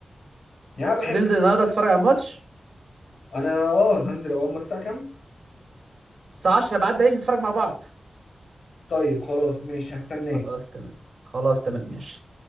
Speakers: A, on the left; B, on the right.
A: يعني انا بحب
B: مش هتنزل النهارده تتفرج على الماتش
A: انا اه هنزل اول ما الساعة كام
B: الساعه 10 بعد عليك نتفرج مع بعض
A: طيب خلاص ماشي هستناك
B: خلاص تمام خلاص تمام ماشي